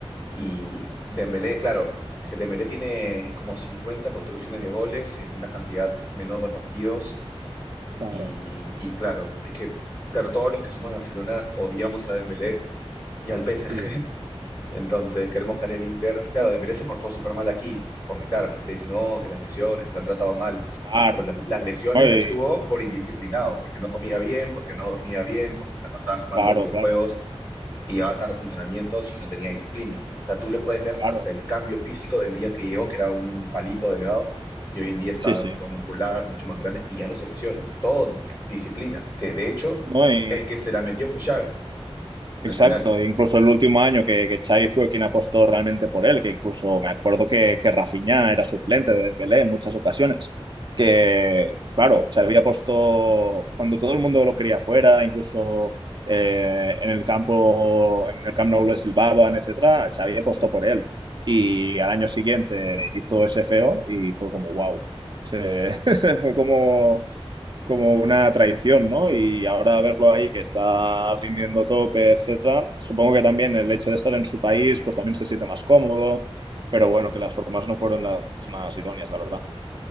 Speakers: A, on the left (about 40°); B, on the right (about 45°).
A: Y Dembélé, claro, es que Dembélé tiene como 50 contribuciones de goles en una cantidad menor de partidos.
B: Claro,
A: Y, y claro, es que claro, todos los que somos de Barcelona odiamos a Dembélé y al PSG.
B: sí, sí,
A: <laughs> Entonces
B: sí,
A: queremos
B: sí.
A: que gane el Inter. Y claro, Dembélé se portó súper mal aquí. Porque claro, la gente dice, no, que las lesiones, que la han tratado mal.
B: Claro,
A: Pero las, las lesiones
B: No, y-
A: las tuvo por indisciplinado, porque no comía bien, porque no dormía bien, porque la pasaba jugando
B: claro,
A: videojuegos
B: claro,
A: y llevaba tardes de entrenamientos y no tenía disciplina. O sea, tú le puedes ver
B: claro.
A: hasta el cambio físico del día que llegó, que era un palito delgado, y hoy en día está
B: Sí, sí.
A: mucho más muscular, mucho más grande, y ya no se lesiona. Todo disciplina, que de hecho
B: No, y-
A: el que se la metió fue Xavi,
B: exacto.
A: al final.
B: Incluso el último año que, que Xavi fue quien apostó realmente por él, que incluso me acuerdo que, que Rafinha era suplente de Dembélé en muchas ocasiones. Que, claro, Xavi apostó cuando todo el mundo lo quería fuera, incluso eh, en el campo, en el Camp Nou le silbaban, etcétera, Xavi apostó por él. Y al año siguiente hizo ese feo y fue como, wow. se <laughs> se fue como como una traición, ¿no? Y ahora verlo ahí que está rindiendo tope, etcétera, supongo que también el hecho de estar en su país, pues también se siente más cómodo, pero bueno, que las formas no fueron las más idóneas, la verdad.